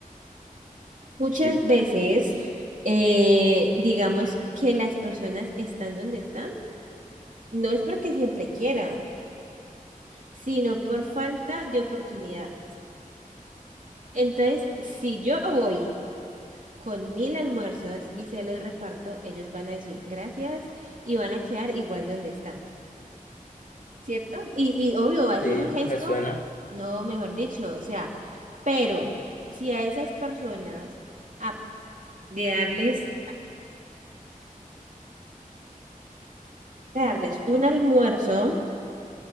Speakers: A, on the right (about 65°); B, on the left (about 65°).
A: Muchas
B: Sí.
A: veces, eh, digamos que las personas están donde están, no es porque siempre quieran, sino por falta de oportunidades. Entonces, si yo voy con mil almuerzos y se los reparto, ellos van a decir gracias y van a quedar igual donde están, ¿cierto? Y, y obvio, va a
B: Sí,
A: ser un gesto,
B: me suena.
A: no, mejor dicho, o sea, pero si a esas personas, a- de darles, de darles un almuerzo,